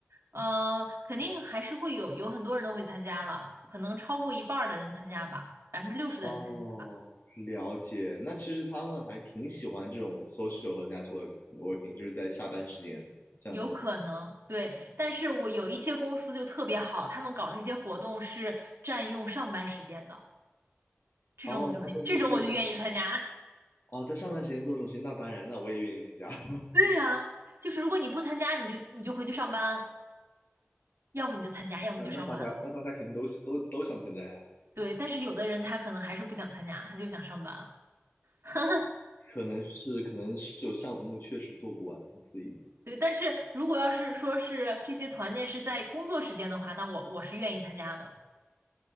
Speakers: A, on the right; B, on the left.
A: 呃，肯定还是会有有很多人都会参加了，可能超过一半儿的人参加吧，百分之六十的人参加。
B: 哦，了解。那其实他们还挺喜欢这种 social 和 network working，就是在下班时间这样子。
A: 有可能，对，但是我有一些公司就特别好，他们搞这些活动是占用上班时间的，这种我就很，
B: 哦，他们就是
A: 这种我就愿意参加。
B: 哦，在上班时间做这种事情，那当然，那我也愿意参加。<laughs>
A: <laughs> 对呀，就是如果你不参加，你就你就回去上班，要么你就参加，要么你就上班。
B: 那那大家那大家肯定都都都想参加呀。
A: 对，但是有的人他可能还是不想参加，他就想上班。<laughs>
B: 可能是可能是有项目确实做不完，所以
A: 对，但是如果要是说是这些团建是在工作时间的话，那我我是愿意参加的。